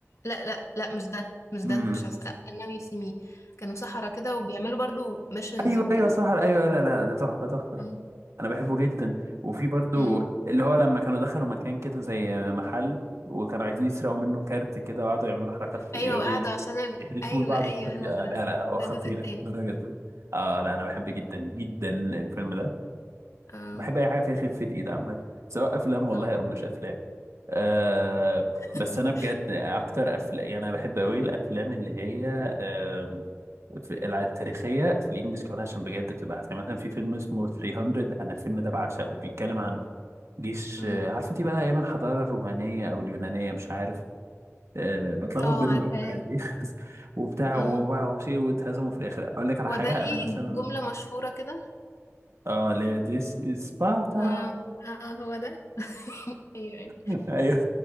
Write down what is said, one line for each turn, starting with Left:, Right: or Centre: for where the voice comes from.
Left: لا لا لا مش ده مش ده
Right: امم
Left: مش عس... now you see me كانوا سحرة كده وبيعملوا برضو missions
Right: ايوه
Left: وكده
Right: ايوه صح ايوه لا لا ده تحفه تحفه
Left: مم.
Right: انا بحبه جدا وفي برضو
Left: امم
Right: اللي هو لما كانوا دخلوا مكان كده زي محل وكانوا عايزين يسرقوا منه كارت كده وقعدوا يعملوا حركات
Left: ايوه
Right: يقعدوا
Left: وقعدوا عشان ال...
Right: يحدفوا
Left: ايوه
Right: لبعض
Left: ايوه
Right: بطريقة
Left: هو ده
Right: لا لا هو
Left: ده
Right: خطير
Left: الجزء التاني
Right: بجد اه لا انا بحب جدا جدا الفيلم ده
Left: اه
Right: بحب اي حاجة فيها خفة ايد عامة سواء افلام والله
Left: اه
Right: او مش افلام آه بس
Left: <laughs>
Right: انا بجد اكتر افلام يعني انا بحب قوي الافلام اللي هي آه في الع- التاريخية في الانجليش كمان عشان بجد بتبقى احسن مثلا في فيلم اسمه 300 انا الفيلم ده بعشقه بيتكلم عن جيش
Left: امم
Right: آه، عارف انت بقى ايام الحضارة الرومانية او اليونانية مش عارف آه، بتلخبط
Left: اه
Right: بينهم
Left: عارفاه
Right: أوي عادي <laughs> وبتاع
Left: اه
Right: وبقى ومعرفش ايه واتهزموا في الاخر اقول لك على
Left: هو
Right: حاجه
Left: ده ليه
Right: انا مثلا
Left: جملة مشهورة كده
Right: اه اللي هي ديس سبارتا
Left: اه اه هو ده ايوه ايوه
Right: <laughs> ايوه